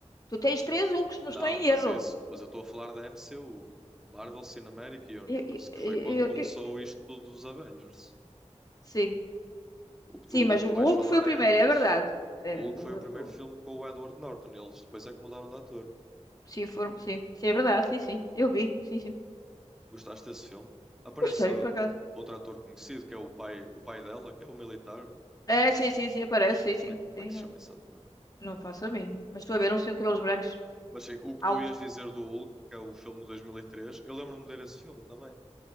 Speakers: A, on the left; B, in the centre.
A: Tu tens três Hulks, não
B: Não,
A: estou em
B: mas
A: erro.
B: isso, mas eu estou a falar da MCU, Marvel Cinematic Universe,
A: Eu- eu-
B: que
A: eu-
B: foi quando começou
A: eu-
B: isto tudo dos Avengers.
A: Sim,
B: O que
A: sim,
B: tu,
A: mas
B: o que
A: o
B: tu
A: Hulk
B: vais falar
A: foi o
B: é
A: primeiro,
B: antes.
A: é verdade. É,
B: O Hulk
A: o
B: foi
A: ver-
B: o primeiro
A: o-
B: filme com o Edward Norton, e eles depois é que mudaram de ator.
A: Sim, foram, sim, sim, é verdade, sim, sim. Eu vi, sim, sim.
B: Gostaste desse filme? Aparece
A: Gostei, por acaso.
B: outro ator conhecido, que é o pai, o pai dela, que é o militar.
A: É, sim,
B: Não sei,
A: sim, sim, aparece, sim, sim,
B: como é, que- como
A: sim.
B: é que se
A: é.
B: chama esse ator?
A: Não faço a mínima. Mas estou a ver um senhor de cabelos brancos,
B: Mas sim, o que
A: alto.
B: tu ias dizer do Hulk, que é o filme de 2003, eu lembro-me de ver esse filme também.